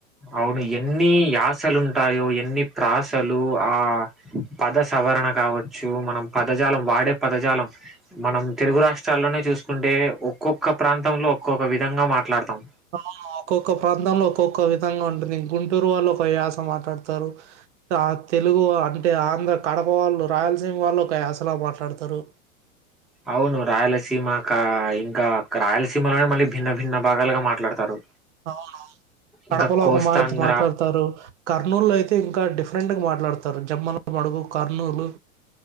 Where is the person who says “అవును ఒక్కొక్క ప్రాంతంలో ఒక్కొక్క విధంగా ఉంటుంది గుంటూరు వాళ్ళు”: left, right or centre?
Right